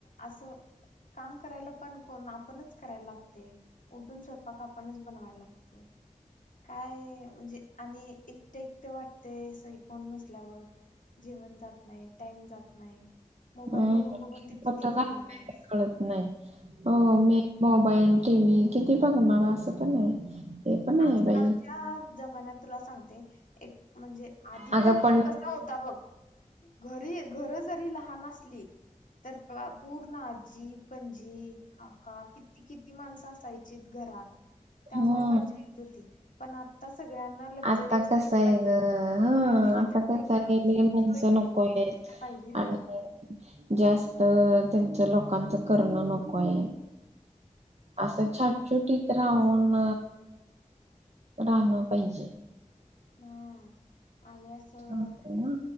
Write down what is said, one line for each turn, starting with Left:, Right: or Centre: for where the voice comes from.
Left: असं काम करायला पण कोण आपणच करायला लागत. उठून स्वयंपाक आपणच बनवायला लागतोय काय म्हणजे आणि एकट-एकट वाटतय सगळी कोण नसल्यावर जेवण जात नाही, टाइम जात नाही. मोबाईल
Right: ह
Left: बघून बघून ते किती
Right: <unintelligible>
Left: बघणार आहेस.
Right: कळत नाही हो मी मोबाईल टी व्ही किती बघणार असं पण नाही. ते पण आहे
Left: आजकालच्या
Right: बाई
Left: जमान्यात तुला सांगते. एक म्हणजे आधीचा
Right: अगं
Left: काळ
Right: पण
Left: कसा होता. बघ घरी घर जरी लहान आसली तर पूर्ण आजी, पणजी, काका किती-किती माणसं असायचीत घरात. त्यामुळे
Right: हम्म
Left: मजा यायची. पण आता सगळ्यांना लक्झरियस
Right: आता कस
Left: लाईफ
Right: आहे
Left: पाहिजे.
Right: ग हा
Left: आयुष्य
Right: आता
Left: त्यांना
Right: कस
Left: एकदम
Right: आहे
Left: सुखसोयी
Right: माणसं नको आहेत
Left: पाहिजे हा.
Right: आणि जास्त त्यांच लोकांचं करणं नकोय असं छटछुटीत राहून राहणं पाहिजे
Left: हा. आणि असं
Right: होतंय ना